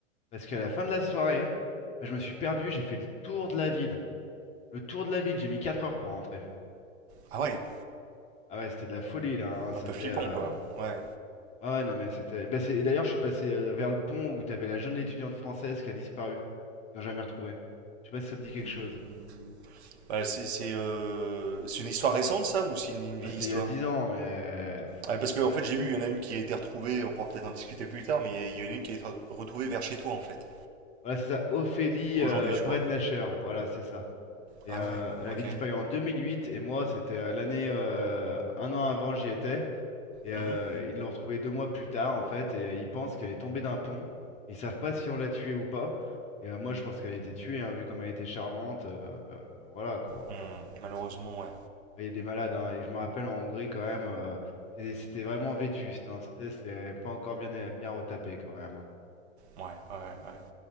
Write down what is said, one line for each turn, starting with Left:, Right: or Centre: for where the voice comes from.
Left: Parce qu'à la fin de la soirée, ben, je me suis perdu. J'ai fait le tour de la ville. Le tour de la ville. J'ai mis 4 heures pour rentrer.
Right: ah ouais,
Left: Ah ouais, c'était de la folie, là. hein.
Right: un
Left: C'était.
Right: peu flippant
Left: euh,
Right: quoi. Ouais.
Left: Ah ouais, non, mais c'était. Ben, c'est- et d'ailleurs, je suis passé euh, vers le pont où t'avais la jeune étudiante française qui a disparu. Ils n'ont jamais retrouvée. Je sais pas si ça te dit quelque
Right: Hmm.
Left: chose.
Right: Ouais, c'est c'est, euh, c'est une histoire récente ça ou c'est une, une vieille
Left: Ah, c'était
Right: histoire?
Left: il y a dix ans, mais.
Right: Ouais, parce que en
Left: Ouais.
Right: fait, j'ai vu, il y en a une qui a été retrouvée, on pourra peut-être en discuter plus tard, mais il y en a une qui a été retrouvée vers chez toi en fait.
Left: Voilà, c'est ça. Ophélie
Right: Aujourd'hui,
Left: euh,
Right: je
Left: Brednacher.
Right: crois.
Left: Voilà, c'est ça. Et
Right: Ah
Left: euh,
Right: ouais,
Left: elle
Right: ok.
Left: avait disparu en 2008 et moi c'était euh, l'année euh, un an avant j'y étais et euh,
Right: Mhm.
Left: ils l'ont retrouvée deux mois plus tard en fait et euh, ils pensent qu'elle est tombée d'un pont. Ils savent pas si on l'a tuée ou pas. Et euh, moi je pense qu'elle a été tuée hein, vu comme elle était charmante. euh, euh, enfin, voilà quoi.
Right: Hmm, malheureusement, ouais.
Left: Il y a des malades hein, et je me rappelle en Hongrie quand même euh, c'est- c'était vraiment vétuste. hein. C'était c'est pas encore bien bien retapé quand même. hein.
Right: Ouais, ouais, ouais.
Left: Donc
Right: ouais.
Left: bon,